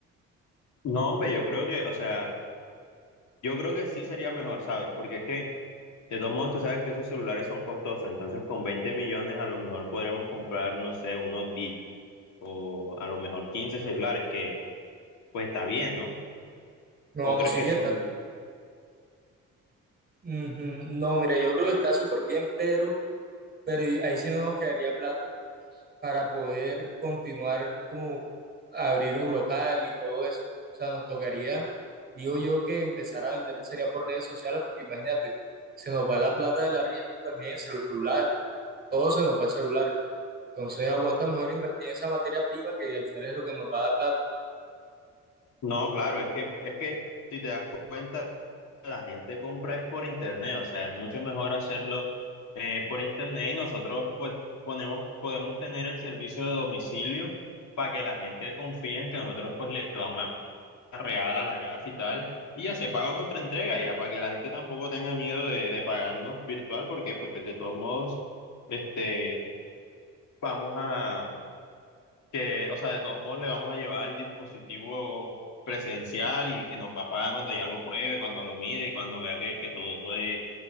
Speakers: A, on the left (about 70°); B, on the right (about 30°).
A: No, hombre, yo creo que, o sea, yo creo que sí sería mejor, ¿sabes? Porque es que, de todos modos, tú sabes que esos celulares son costosos, entonces con 20 millones a lo mejor podremos comprar, no sé, unos 10 o a lo mejor 15 celulares, que pues está bien, ¿no?
B: No,
A: ¿O crees
B: sí,
A: que son...
B: está. Ujú. No, mira, yo creo que está súper bien, pero, pero y- ahí sí no nos quedaría plata para poder continuar como abrir un local y todo eso. O sea, nos tocaría, digo yo, que empezar a vender sería por redes sociales, porque imagínate, se nos va la plata del arriendo también en celular, todo se nos va en celular. Entonces aguanta mejor invertir en esa materia prima que al final es lo que nos va a dar plata.
A: No, claro, es que, es que si te das cuenta... la gente compra es por internet, o sea, es mucho mejor hacerlo eh, por internet y nosotros pues ponemos, podemos tener el servicio de domicilio para que la gente confíe en que nosotros pues le vamos a real a la casa y tal, y ya se pago contra entrega ya, para que la gente tampoco tenga miedo de, de pagarnos virtual, porque pues de todos modos, este, vamos a, que, o sea, de todos modos le vamos a llevar el dispositivo presencial y que nos va a pagar cuando ya lo pruebe, cuando lo mire y cuando vea que, que todo es